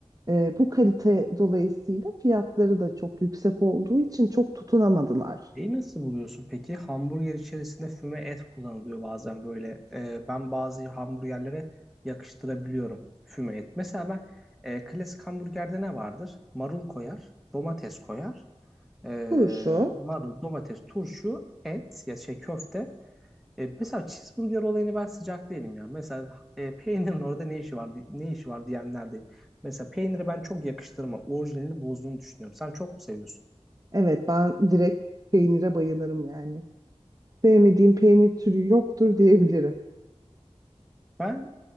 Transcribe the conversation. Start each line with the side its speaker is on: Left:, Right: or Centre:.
Right: ee, bu kalite dolayısıyla fiyatları da çok yüksek olduğu için çok tutunamadılar.
Centre: Şeyi nasıl buluyorsun peki? Hamburger içerisinde füme et kullanılıyor bazen böyle. Ee, ben bazı hamburgerlere yakıştırabiliyorum füme et. Mesela ben e, klasik hamburgerde ne vardır? Marul koyar, domates koyar. Ee,
Right: Turşu,
Centre: marul, domates, turşu, et ya şey köfte. Ee, mesela cheeseburger olayını ben sıcak değilim ya. Mesela e, peynirin orada ne işi var ne işi var diyenlerdeyim. Mesela peyniri ben çok yakıştırmam. Orijinalini bozduğunu düşünüyorum. Sen çok mu seviyorsun?
Right: evet ben direkt peynire bayılırım yani. Sevmediğim peynir türü yoktur diyebilirim.
Centre: Ben